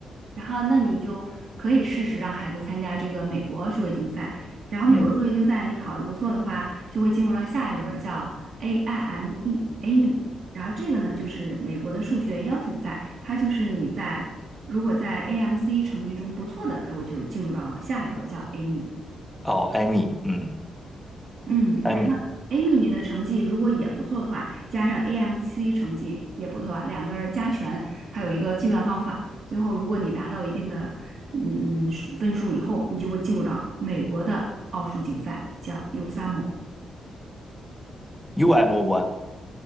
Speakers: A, on the right (about 65°); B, in the centre.
A: 然后那你就可以试试让孩子参加这个美国数学竞赛。然后美国数学竞赛你考的不错的话，
B: 嗯，
A: 就会进入到下一轮儿叫 AIME AIME。然后这个呢就是美国的数学邀请赛，它就是你在如果在 AMC 成绩中不错的，它会就进入到下一轮儿叫 AIME。
B: 哦，艾米，嗯，
A: 嗯，
B: 艾米
A: 然后 Amy 你的成绩如果也不错的话，加上 AMC 成绩也不错啊，两个人加权，它有一个计算方法。最后，如果你达到一定的嗯嗯数分数以后，你就会进入到美国的奥数竞赛，叫 USAMO。
B: ，U M O 不？